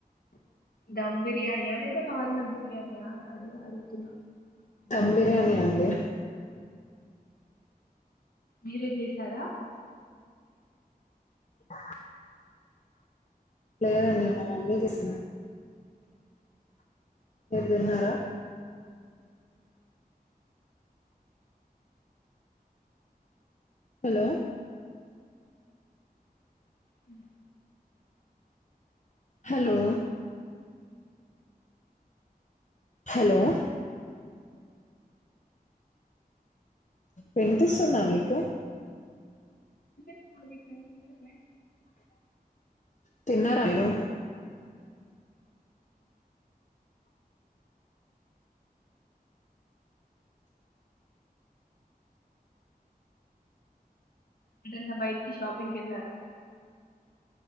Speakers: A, on the left; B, on the left.
A: దమ్ బిర్యాణియా లేద నార్మల్ బిర్యాణియా అది అడుగుతున్న
B: దం బిర్యాణి అండి
A: మీరే చేశారా
B: <inaudible> లేదండి మా మమ్మీ చేసింది మీరు తన్నారా హలో
A: ఉ
B: హలో హలో వినిపిస్తుందా మీకు
A: గుప్ప
B: తిన్నారమీరు
A: ఎడన్నా బయటికి షాపింగ్కి వెళ్లారా